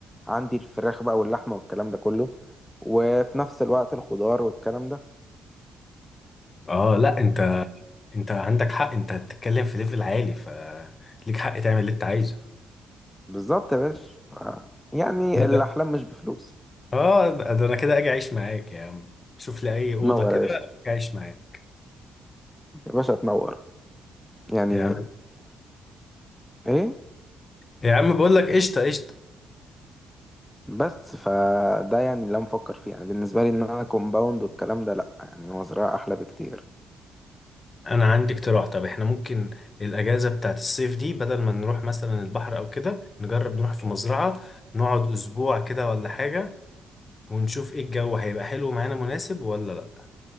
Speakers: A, in the centre; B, on the left (about 30°).
A: عندي الفراخ بقى واللحمه والكلام ده كله وفي نفس الوقت الخضار والكلام ده
B: اه لا انت انت عندك حق انت بتتكلم في ليفل عالي ف ليك حق تعمل اللي انت عايزه
A: فبالظبط يا باشا ف... يعني
B: لا
A: الاحلام
B: ده
A: مش بفلوس
B: اه ده ده انا كده اجي اعيش معاك يا عم شوف لي اي اوضه
A: تنور
B: كده
A: يا باشا
B: اجي اعيش معاك
A: يا باشا تنور يعني
B: يا عم
A: ايه
B: يا عم بقول لك قشطه قشطه
A: بس فده يعني اللي انا بفكر فيه يعني بالنسبه لي ان انا كومباوند والكلام ده لا يعني هو زراعه احلى بكتير
B: انا عندي اقتراح طب احنا ممكن الاجازه بتاعت الصيف دي بدل ما نروح مثلا البحر او كده نجرب نروح في مزرعه نقعد اسبوع كده ولا حاجه ونشوف ايه الجو هيبقى حلو معانا مناسب ولا لا